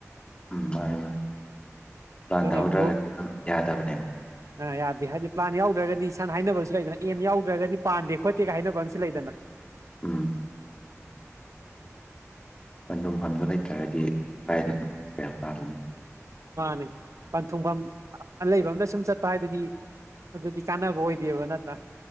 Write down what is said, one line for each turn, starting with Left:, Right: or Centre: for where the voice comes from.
Left: ꯎꯝ ꯃꯥꯅꯤ ꯃꯥꯅꯤ ꯄ꯭ꯂꯥꯟ
Right: ꯑꯗꯨꯅ
Left: ꯇꯍꯧꯗ꯭ꯔꯒꯗꯤ
Right: ꯕ꯭ꯔꯣ
Left: ꯑꯗꯨꯝ ꯌꯥꯗꯕꯅꯦꯕ
Right: ꯑ ꯌꯥꯗꯦ ꯍꯥꯏꯗꯤ ꯄ꯭ꯂꯥꯟ ꯌꯥꯎꯗ꯭ꯔꯒꯗꯤ ꯁꯅ ꯍꯥꯏꯅꯕꯁꯨ ꯂꯩꯗꯅ ꯑꯦꯝ ꯌꯥꯎꯗ꯭ꯔꯒꯗꯤ ꯄꯥꯟꯗꯦ ꯈꯣꯠꯇꯦꯒ ꯍꯥꯏꯅꯕ ꯑꯃꯁꯨ ꯂꯩꯗꯅ
Left: ꯎꯝ ꯄꯟꯊꯨꯡꯗꯣ ꯂꯩꯇ꯭ꯔꯒꯗꯤ ꯀꯥꯏꯗ ꯀꯌꯥ ꯄꯥꯜꯂꯨꯅꯤ
Right: ꯃꯥꯅꯤ ꯄꯟꯊꯨꯡꯐꯝ ꯑ ꯂꯩꯕ ꯑꯃꯇ ꯁꯨꯝ ꯆꯠꯄ ꯍꯥꯏꯕꯗꯤ ꯑꯗꯨꯗꯤ ꯀꯥꯟꯅꯕ ꯑꯣꯏꯗꯦꯕ ꯅꯠꯇ꯭ꯔꯥ